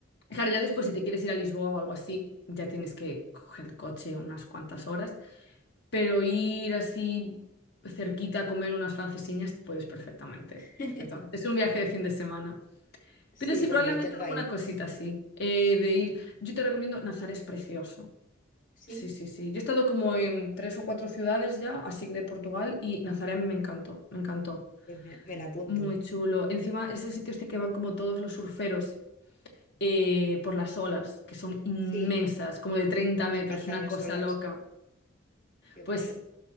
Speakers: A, on the left (about 55°); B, on the left (about 40°).
A: Claro,
B: Claro,
A: ya
B: está
A: después
B: súper
A: si te quieres ir a Lisboa o algo así, ya tienes que coger el coche unas cuantas horas. Pero ir así cerquita a comer unas francesiñas, puedes perfectamente,
B: bien.
A: perfectamente.
B: <laughs>
A: Es un viaje de fin de semana.
B: Sí,
A: Pero sí,
B: bueno,
A: probablemente
B: lo tengo
A: alguna
B: ahí.
A: cosita así. eh, de ir. Yo te recomiendo, Nazar es precioso.
B: Sí,
A: Sí, sí, sí. Yo he estado como en tres o cuatro ciudades ya, así de Portugal, y Nazaré a mí me encantó, me encantó.
B: pues me, me la apunto.
A: Muy chulo. Encima es el sitio este que van como todos los surferos eh, por las olas, que son inmensas,
B: Sí,
A: como de 30
B: me
A: metros,
B: encantan
A: una
B: las
A: cosa
B: olas.
A: loca.
B: Qué
A: Pues
B: guay.